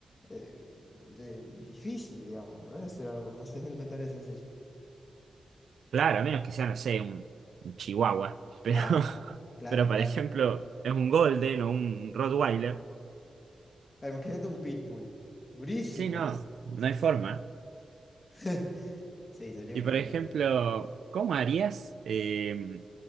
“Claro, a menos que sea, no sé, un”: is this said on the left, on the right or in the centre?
Right